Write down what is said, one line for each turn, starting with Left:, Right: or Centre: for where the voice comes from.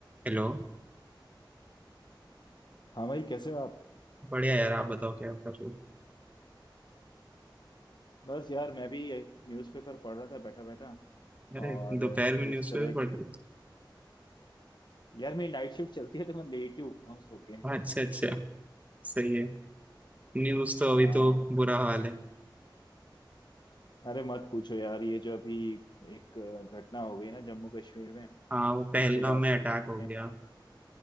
Right: Hello
Left: हाँ भाई कैसे हो आप
Right: बढ़िया यार आप बताओ क्या कर रहे हो
Left: बस यार मैं भी न्यूज़पेपर पढ़ रहा था बैठा बैठा
Right: अरे
Left: और
Right: दोपहर में
Left: जिस
Right: न्यूज़पेपर
Left: तरह
Right: पढ़
Left: की
Right: रहे हो
Left: यार मेरी नाइट शिफ्ट चलती है तो मैं लेट ही उठता हूँ सो के
Right: हाँ, अच्छा अच्छा सही है न्यूज़ तो अभी
Left: हाँ
Right: तो बुरा हाल है
Left: अरे मत पूछो यार ये जो अभी एक घटना हो गई ना जम्मू कश्मीर में
Right: हाँ वो पहलगाम
Left: उसके बाद
Right: में अटैक
Left: से चीजें
Right: हो गया